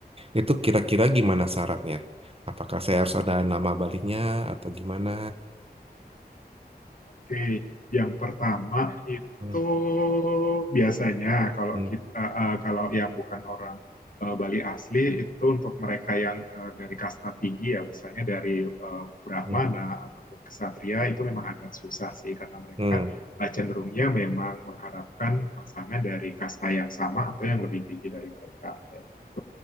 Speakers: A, on the right; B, on the left.
A: itu kira-kira gimana syaratnya? Apakah saya harus ada nama Balinya atau gimana?
B: Oke, yang pertama itu
A: Hmm,
B: biasanya kalau
A: hmm,
B: kita eh, kalau yang bukan orang eh, Bali asli itu untuk mereka yang eh, dari kasta tinggi ya misalnya dari eh, Brahmana
A: hmm,
B: ataupun kesatria itu memang agak susah sih karena mereka
A: hmm,
B: eh, cenderungnya memang mengharapkan pasangan dari kasta yang sama atau yang lebih tinggi dari mereka kayak gitu.